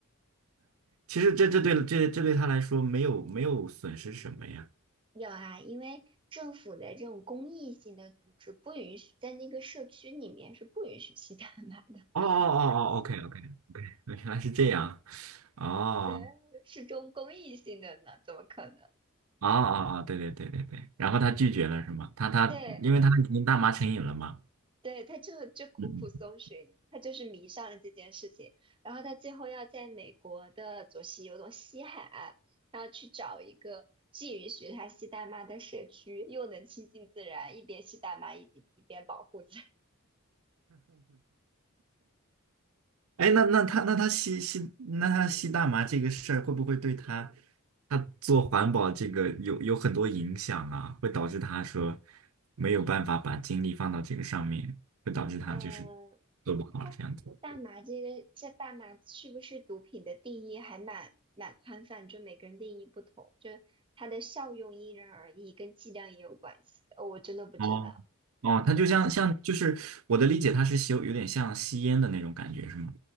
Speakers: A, on the right (about 70°); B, on the right (about 25°).
A: 其实这这对这这对他来说没有没有损失什么呀？
B: 有啊，因为政府的这种公益性的组织不允许在那个社区里面是不允许吸大麻的。
A: 哦哦哦哦，OK OK OK，原来是这样。哦
B: 对，是中公益性的呢，怎么可能？
A: 哦哦哦，对对对对对。然后他拒绝了是吗？他他因为他已经大麻成瘾了嘛。
B: 对，对，他就就苦苦搜寻，
A: 嗯嗯。
B: 他就是迷上了这件事情，然后他最后要在美国的左西有种西海岸，他要去找一个既允许他吸大麻的社区，又能亲近自然，一边吸大麻一一边保护自然
A: 哎，那那他那他吸吸那他吸大麻这个事儿会不会对他他做环保这个有有很多影响啊？会导致他说没有办法把精力放到这个上面，会导致他就是
B: <laughs> 嗯，呃
A: 做不好这样子。
B: 那大麻这个，这大麻是不是毒品的定义还蛮蛮宽泛，就每个人定义不同，就它的效用因人而异，跟剂量也有关系。哦，我真的不知道。
A: 哦哦，它就像像就是我的理解，
B: 对
A: 它是吸有点像吸烟的那种感觉，是吗？